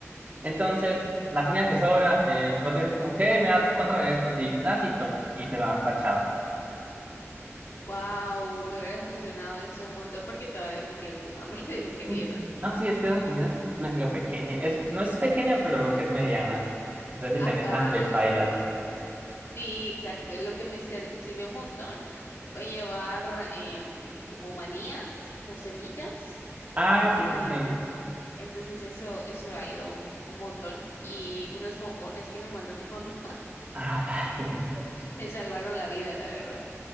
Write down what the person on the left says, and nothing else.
Wow, me hubiera funcionado eso un montón porque todavía me quedé con hambre <laughs> de lo que
dieron.
Ajá,
sí, exacto. Lo que me ser- sirvió un montón fue llevar em, como manías, como semillas.
eh,
entonces eso, eso ayudó un, un montón. Y unos bombones que me mandó mi mamá <laughs>
me salvaron la vida, la verdad.